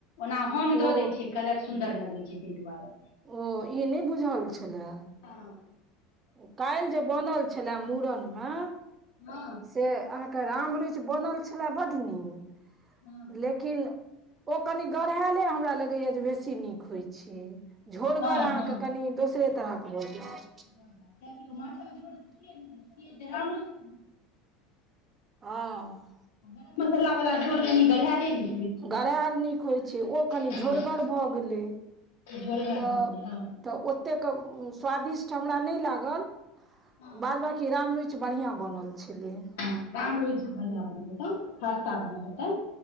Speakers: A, on the left; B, on the right.
A: ओना हम
B: ओ
A: दऽ दै छियै कलर सुन्दर लगै छै ताहि दुआरे
B: ओ ई नहि बुझल छलए
A: हँ
B: ओ काल्हि जे बनल छलए मुड़न मे
A: हँ
B: से अहाँके राम रुइच बनल छलए बड नीक
A: हँ
B: लेकिन ओ कनि गढ़ायले हमरा लगैया जे बेसी नीक होइ छै झोरगर
A: हँ
B: अहाँके
A: हँ
B: कनि दोसरे तरह के भऽ जात
A: <unintelligible>
B: हँ
A: गरम मसाला वला झोर कनि गढ़ा लेली
B: गरायल नीक होइत छै ओ कनि
A: हँ
B: झोरगर भऽ गेलै
A: झोरगर
B: तऽ
A: भऽ गेलै हँ
B: तऽ ओतेक स्वादिष्ट हमरा नहि लागल
A: हँ
B: बाद बाकी राम रुइच किछु बढ़िआँ बनल छलै
A: ह राम रुइच बढ़िया बनल हे ते खास्ता बनल हेते